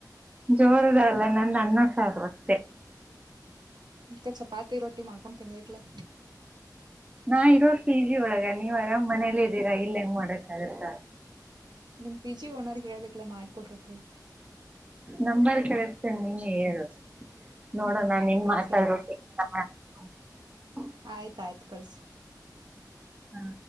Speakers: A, on the right; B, on the right.
A: ಜೋರದಲ್ಲ ನಂದ ಅನ್ನ ಸಾರು ಅಷ್ಟೆ.
B: ಅಕ್ಕ ಚಪಾತಿ ರೊಟ್ಟಿ ಮಾಡ್ಕೊಂಡು ತಿನ್ಬೇಕಕ್ಲೆ.
A: ನಾ ಇರೋ ಪಿ ಜಿ ಒಳಗ ನೀವ್ ಅರಾಮ್ ಮನೇಲಿ ಇದ್ದೀರಾ ಇಲ್ಲ ಹೆಂಗ್ ಮಾಡಕ್ಗತ್ತ.
B: ನಿಮ್ ಪಿ ಜಿ ಓನರ್ ಹೇಳ್ಬೇಕಲ್ಲ ಮಾಡ್ಕೊಟ್ರತೆ.
A: ನಂಬಾರ್ ಕಳಿಸತೇ ನೀನ್ ಹೇಳ ನೋಡೋಣ
B: ಹ್ಮ್ ಆಯ್ತ್
A: ನಿನ್
B: ಕಳ್ಸ
A: ಮಾತಾಡ್ರೋ ಕೇಳ್ತಾರಾ. ಹ <inaudible>
B: ಆಯ್ತ ಆಯ್ತ ಕಳ್ಸು.
A: ಹಾ